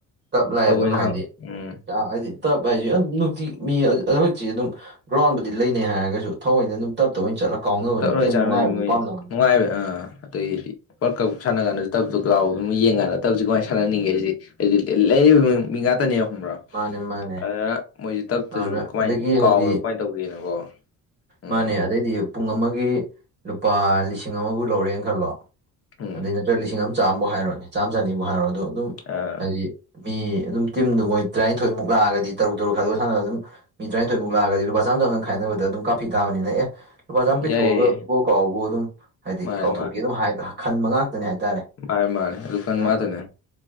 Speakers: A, on the right (about 30°); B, on the left (about 40°).
A: ꯇꯞ ꯂꯩ
B: ꯇꯕ
A: ꯑꯗꯨꯝ
B: ꯑꯣꯏꯅ
A: ꯍꯥꯏꯗꯤ
B: ꯍꯥꯡ ꯎꯝ
A: ꯍꯥꯏꯗꯤ ꯇꯞ ꯍꯥꯏꯁꯤ ꯑꯗꯨ ꯅꯨꯡꯇꯤ꯫ ꯃꯤ ꯍꯧꯖꯤꯛꯇꯤ ꯑꯗꯨꯝ ꯒ꯭ꯔꯥꯎꯟꯕꯨꯗꯤ ꯂꯩꯅꯩ ꯍꯥꯏꯔꯒꯁꯨ ꯊꯑꯣꯏꯅ ꯑꯗꯨꯝ ꯇꯞꯇ ꯑꯣꯏꯅ ꯆꯠꯂꯛꯄ꯫ ꯀꯥꯎꯅꯕꯅꯦ
B: ꯇꯞꯅ
A: ꯈꯤꯇꯪ
B: ꯆꯥꯡꯅꯩ
A: ꯅꯨꯡꯉꯥꯏꯕꯗꯨ
B: ꯃꯣꯏ
A: ꯄꯥꯝꯅꯕꯅꯤꯅ꯫
B: ꯅꯨꯡꯉꯥꯏꯕ ꯑꯥ ꯑꯗꯩꯩꯗꯤ ꯋꯥꯜ ꯀꯥꯂꯞ ꯁꯥꯟꯅ ꯀꯥꯟꯗ ꯇꯕꯗꯣ ꯂꯥꯎ꯫ ꯑꯃꯨꯛ ꯌꯦꯡꯀꯥꯟꯗ ꯇꯞꯁꯤ ꯀꯃꯥꯏꯅ ꯁꯥꯟꯅꯅꯤꯡꯉꯦ ꯍꯥꯏꯗꯤ ꯂꯩꯔꯤꯕ ꯃꯤ ꯉꯥꯛꯇꯅꯦꯕ꯫ ꯈꯪꯕꯔ
A: ꯃꯥꯅꯦ ꯃꯥꯅꯦ
B: ꯑꯗꯨꯅ꯫ ꯃꯣꯏꯁꯦ ꯇꯞꯇꯁꯨ
A: ꯑꯗꯨꯅ
B: ꯀꯃꯥꯏꯅ
A: ꯑꯗꯒꯤ
B: ꯀꯥꯎꯕꯗꯨ
A: ꯍꯥꯏꯗꯤ
B: ꯀꯃꯥꯏꯅ ꯇꯧꯒꯦꯅꯀꯣ ꯎꯝ꯫
A: ꯃꯥꯅꯦ ꯑꯗꯩꯗꯤ ꯄꯨꯡ ꯑꯃꯒꯤ ꯂꯨꯄꯥ ꯂꯤꯁꯤꯡ ꯑꯃꯕꯨ ꯂꯧꯔꯦꯅ ꯈꯜꯂꯣ
B: ꯎꯝ
A: ꯑꯗꯨꯗꯩꯩꯅ꯫ ꯂꯤꯁꯤꯡ ꯑꯃ ꯆꯥꯝꯃꯕꯨ ꯍꯥꯏꯔꯣꯅꯦ ꯆꯥꯝꯃ ꯆꯅꯤꯕꯨ ꯍꯥꯏꯔꯣ ꯑꯗꯣ ꯑꯗꯨꯝ
B: ꯑꯥ
A: ꯍꯥꯏꯗꯤ꯫ ꯃꯤ ꯑꯗꯨꯝ ꯇꯤꯟꯝꯗꯨ ꯃꯣꯏ ꯇꯔꯥꯅꯤꯊꯣꯏꯃꯨꯛ ꯂꯥꯛꯑꯒꯗꯤ ꯇꯔꯨꯛ ꯇꯔꯨꯛ ꯈꯥꯏꯗꯣꯛꯑ꯫ ꯁꯅꯔꯁꯨ ꯑꯗꯨꯝ ꯃꯤ ꯇꯔꯥꯅꯤꯊꯣꯏꯃꯨꯛ ꯂꯥꯛꯒꯗꯤ ꯂꯨꯄꯥ ꯆꯥꯝ ꯆꯥꯝꯅ ꯈꯥꯏꯅꯕꯗ ꯑꯗꯨꯝ ꯀꯥꯞꯐꯤ ꯇꯥꯕꯅꯤꯅ ꯑꯦ꯫ ꯂꯨꯄꯥ ꯆꯥꯝꯃ
B: ꯌꯥꯏꯌꯦ
A: ꯄꯤꯊꯣꯛꯑꯒ ꯕꯣꯜ ꯀꯥꯎꯕꯕꯨ ꯑꯗꯨꯝ ꯍꯥꯏꯗꯤ
B: ꯃꯥꯅꯦ
A: ꯀꯥꯎꯊꯣꯛꯀꯦ ꯑꯗꯨꯝ ꯈꯟꯕ ꯉꯥꯛꯇꯅꯤ ꯍꯥꯏꯇꯥꯔꯦ꯫
B: ꯃꯥꯥꯏ ꯃꯥꯥꯏ ꯂꯗꯨꯀꯥꯟꯕ
A: ꯑꯗꯨꯅ
B: ꯉꯥꯛꯇꯅꯤ꯫